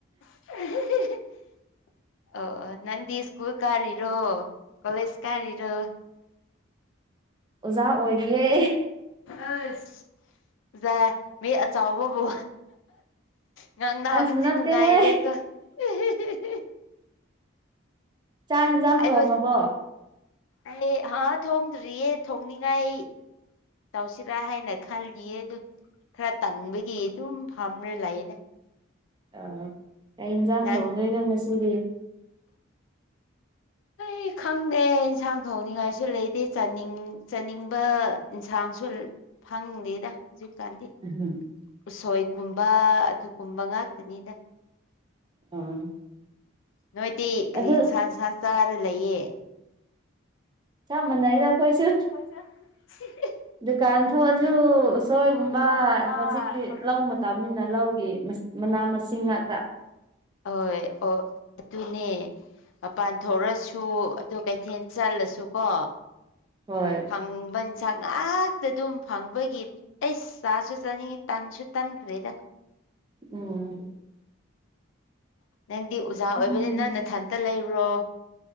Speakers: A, on the left; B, on the right.
A: <unintelligible> ꯑꯧ ꯑ ꯅꯪꯗꯤ ꯁ꯭ꯀꯨꯜ ꯀꯥꯔꯤꯔꯣ ꯀꯣꯂꯦꯖ ꯀꯥꯔꯤꯔꯣ
B: ꯑꯣꯖꯥ ꯑꯣꯏꯔꯤꯌꯦ
A: ꯑꯁ ꯃꯤ ꯑꯆꯥꯎꯕꯕꯨ ꯉꯥꯡ ꯅꯥꯕꯁꯤ
B: ꯑꯁ ꯅꯠꯇꯦꯍꯦ
A: ꯅꯨꯡꯉꯥꯏꯔꯦꯀꯣ <unintelligible>
B: ꯆꯥꯛ
A: ꯑꯩꯕꯨ
B: ꯌꯦꯟꯖꯥꯡ ꯊꯣꯡꯉꯕꯣ
A: ꯑꯩ ꯍꯥꯥꯍꯥ ꯊꯣꯡꯗ꯭ꯔꯤꯌꯦ ꯊꯣꯡꯅꯤꯡꯉꯥꯏ ꯇꯧꯁꯤꯔꯥ ꯍꯥꯏꯅ ꯈꯜꯂꯤꯌꯦ ꯑꯗꯨ ꯈꯔ ꯇꯟꯕꯒꯤ ꯑꯗꯨꯝ ꯐꯝꯅ ꯂꯥꯛꯌꯦꯗ
B: ꯑ ꯀꯩ ꯏꯟꯁꯥꯡ
A: ꯅꯪ
B: ꯊꯣꯡꯗꯣꯏꯅꯣ ꯉꯁꯤꯗꯤ
A: ꯑꯩ ꯈꯪꯗꯦ ꯏꯟꯁꯥꯡ ꯊꯣꯡꯅꯤꯡꯉꯥꯏꯁꯨ ꯂꯩꯇꯦꯅꯤꯡ ꯆꯥꯅꯤꯡꯕ ꯏꯟꯁꯥꯡꯁꯨ ꯈꯪꯗꯦꯗ ꯍꯧꯖꯤꯛꯀꯥꯟꯗꯤ
B: <unintelligible>
A: ꯎꯁꯣꯏ ꯀꯨꯝꯕ ꯑꯗꯨꯒꯨꯝꯕ ꯉꯥꯛꯇꯅꯤꯗ
B: <inaudible>
A: ꯅꯣꯏꯗꯤ ꯀꯔꯤ
B: ꯑꯗꯨ
A: ꯏꯟꯁꯥꯡ ꯏꯟꯁꯥꯡ ꯆꯥꯔ ꯂꯩꯌꯦ
B: ꯆꯞ ꯃꯥꯟꯅꯩꯗ ꯑꯩꯈꯣꯏꯁꯨ
A: <unintelligible>
B: ꯗꯨꯀꯥꯟ ꯊꯣꯛꯑꯖꯨ ꯎꯁꯣꯏꯒꯨꯝꯕ
A: ꯎꯁꯣꯏꯒꯨꯝꯕ
B: ꯍꯧꯖꯤꯛꯇꯤ
A: ꯍꯧꯖꯤꯛꯇꯤ
B: ꯂꯧ ꯃꯇꯝꯅꯤꯅ ꯂꯧꯒꯤ ꯃꯅꯥ ꯃꯁꯤꯡ ꯉꯥꯛꯇ
A: ꯍꯣꯏ ꯑꯣ ꯑꯗꯨꯅꯦ ꯃꯄꯥꯟ ꯊꯣꯛꯔꯁꯨ ꯑꯗꯨ ꯀꯩꯊꯦꯜ ꯆꯠꯂꯁꯨ ꯀꯣ
B: ꯍꯣꯏ
A: ꯐꯪꯕꯟꯁꯛ ꯉꯥꯛꯇ ꯑꯗꯨꯝ ꯐꯪꯕꯒꯤ ꯑꯩꯁ ꯁꯥꯁꯨ ꯆꯥꯅꯤꯡꯉꯤ ꯇꯟꯁꯨ ꯇꯟꯈ꯭ꯔꯦꯗ
B: ꯎꯝ
A: ꯅꯪꯗꯤ ꯎꯖꯥ ꯑꯣꯏꯕꯅꯤ
B: ꯎꯝ
A: ꯅꯪ ꯅꯊꯟꯇ ꯂꯩꯕ꯭ꯔꯣ